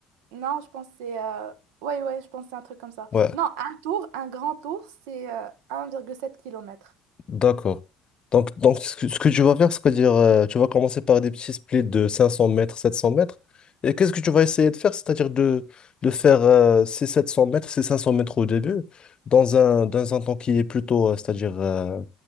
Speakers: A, on the right; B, on the left.
A: non, je pense que c'est... euh, Ouais, ouais, je pense que c'est un truc comme ça.
B: Ouais.
A: Non, un tour, un grand tour, c'est euh, 1,7 km.
B: D'accord. Donc, donc ce que, ce que tu vas faire, c'est-à-dire, euh, tu vas commencer par des petits splits de 500 mètres, 700 mètres. Et qu'est-ce que tu vas essayer de faire? C'est-à-dire de, de faire euh, ces 700 mètres, ces 500 mètres au début, dans un, dans un temps qui est plutôt, euh, c'est-à-dire, euh,